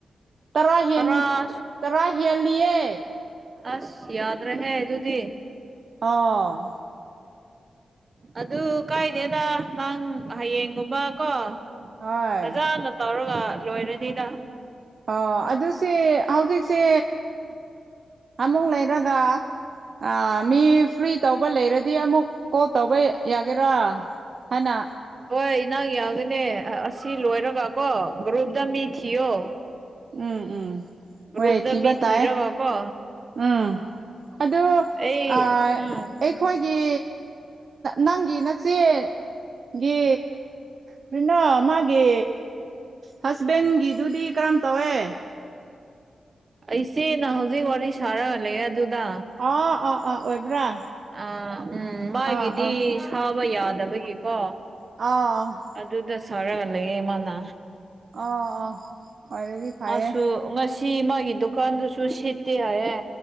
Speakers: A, on the right; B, on the right.
A: ꯇꯔꯥ ꯍꯦꯟ
B: ꯇꯔꯥ
A: ꯇꯔꯥ ꯍꯦꯜꯂꯤꯌꯦ
B: ꯑꯁ ꯌꯥꯗ꯭ꯔꯦꯍꯦ ꯑꯗꯨꯗꯤ
A: ꯑꯣ
B: ꯑꯗꯨ ꯀꯥꯏꯗꯦꯗ ꯅꯪ ꯍꯌꯦꯡꯒꯨꯝꯕ ꯀꯣ ꯐꯖꯅ
A: ꯍꯣꯏ
B: ꯐꯖꯅ ꯇꯧꯔꯒ ꯂꯣꯏꯔꯅꯤꯗ
A: ꯑꯣ ꯑꯗꯨ ꯁꯤ ꯍꯧꯖꯤꯛꯁꯦ ꯑꯃꯨꯛ ꯂꯩꯔꯒ ꯑꯥ ꯃꯤ ꯐ꯭ꯔꯤ ꯇꯧꯕ ꯂꯩꯔꯗꯤ ꯑꯃꯨꯛ ꯀꯣꯜ ꯇꯧꯕ ꯌꯥꯒꯦꯔꯥ ꯍꯥꯏꯅ
B: ꯍꯣꯏ ꯏꯅꯧ ꯌꯥꯕꯅꯦ ꯑꯁꯤ ꯂꯣꯏꯔꯒ ꯀꯣ ꯒ꯭ꯔꯨꯞꯇ
A: ꯎꯝ
B: ꯃꯤ ꯊꯤꯌꯣ
A: ꯎꯝ ꯎꯝ
B: ꯒ꯭ꯔꯨꯞꯗ
A: ꯍꯣꯏ ꯊꯤꯕ
B: ꯃꯤ ꯊꯤꯔꯒ
A: ꯇꯥꯏ
B: ꯀꯣ
A: ꯎꯝ ꯑꯗꯨ
B: ꯑꯩ
A: ꯑꯥ
B: ꯎꯝ
A: ꯑꯩꯈꯣꯏꯒꯤ ꯅꯪꯒꯤ ꯅꯆꯦ ꯒꯤ ꯀꯔꯤꯅꯣ ꯃꯥꯒꯤ ꯍꯁꯕꯦꯟꯒꯤꯗꯨꯗꯤ ꯀꯔꯝ ꯇꯧꯋꯦ
B: ꯑꯩꯆꯦꯅ ꯍꯧꯖꯤꯛ ꯋꯥꯔꯤ ꯁꯥꯔꯒ ꯂꯩꯌꯦ ꯑꯗꯨꯗ
A: ꯑꯥ ꯑꯥ ꯑꯥ ꯑꯣꯏꯕ꯭ꯔꯥ
B: ꯑ ꯎꯝ ꯃꯥꯒꯤꯗꯤ
A: ꯑꯥ ꯑꯥ
B: ꯁꯥꯕ ꯌꯥꯗꯕꯒꯤꯀꯣ
A: ꯑꯥ ꯫
B: ꯑꯗꯨꯗ ꯁꯔꯒ ꯂꯩꯌꯦ ꯃꯥꯅꯥ꯫
A: ꯑꯥ ꯑꯥ꯫ ꯑꯣꯏꯔꯗꯤ ꯐꯩꯌꯦ
B: ꯃꯥꯁꯨ ꯉꯁꯤ ꯃꯥꯒꯤ ꯗꯨꯀꯥꯟꯗꯨꯁꯨ ꯁꯤꯠꯇꯦ ꯍꯥꯏꯌꯦ